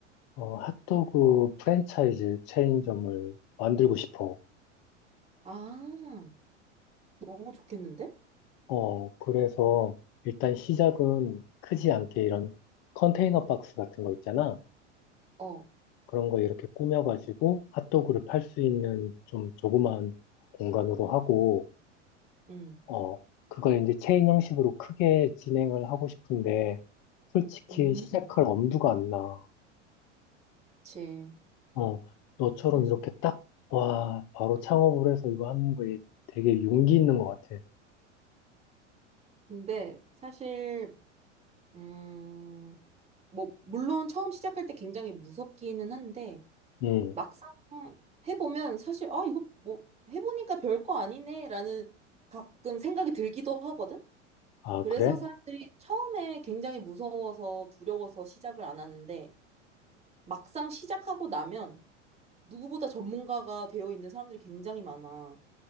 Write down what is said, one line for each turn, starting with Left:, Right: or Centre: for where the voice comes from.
Left: 어, 핫도그 프랜차이즈 체인점을 만들고 싶어.
Right: 아, 너무 좋겠는데?
Left: 어, 그래서 일단 시작은 크지 않게 이런 컨테이너 박스 같은 거 있잖아.
Right: 어,
Left: 그런 거 이렇게 꾸며가지고 핫도그를 팔 수 있는 좀 조그마한 공간으로 하고,
Right: 음,
Left: 어, 그걸 이제 체인 형식으로 크게 진행을 하고 싶은데, 솔직히
Right: 음,
Left: 시작할 엄두가 안 나.
Right: 그치.
Left: 어, 너처럼
Right: 사실.
Left: 이렇게 딱, 와, 바로 창업을 해서 이거 하는 거에 되게 용기 있는 것 같아.
Right: 근데 사실 음, 뭐, 물론 처음 시작할 때 굉장히 무섭기는 한데,
Left: 응.
Right: 막상 해보면 사실, 아, 이거 뭐, 해보니까 별 거 아니네, 라는 가끔 생각이 들기도 하거든?
Left: 아,
Right: 그래서
Left: 그래?
Right: 사람들이 처음에 굉장히 무서워서 두려워서 시작을 안 하는데, 막상 시작하고 나면 누구보다 전문가가 되어 있는 사람들이 굉장히 많아.